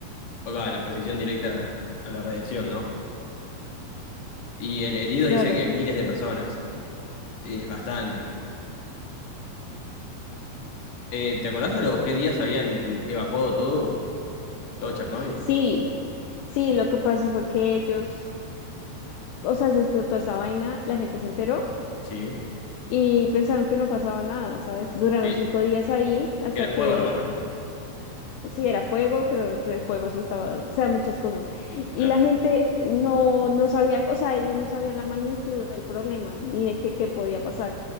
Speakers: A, on the left (about 50°); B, on the left (about 80°).
A: o va, la exposición directa a la radiación, ¿no? Y el herido
B: claro.
A: dice que miles de personas, es bastante. Eh, ¿te acordás a los qué días habían evacuado todo? Todo Chernóbil.
B: Sí, sí, lo que pasó fue que ellos, o sea, se explotó esa vaina, la gente se enteró
A: Sí.
B: y pensaron que no pasaba nada, ¿sabes? Duraron
A: Que,
B: cinco días ahí hasta
A: que era
B: que
A: fuego nomás, ¿no?
B: sí, era fuego, pero el, el fuego se estaba, o sea, muchas cosas.
A: Claro.
B: Y la gente no, no sabía, o sea, ellos no sabían la magnitud del problema, ni de qué, qué podía pasar.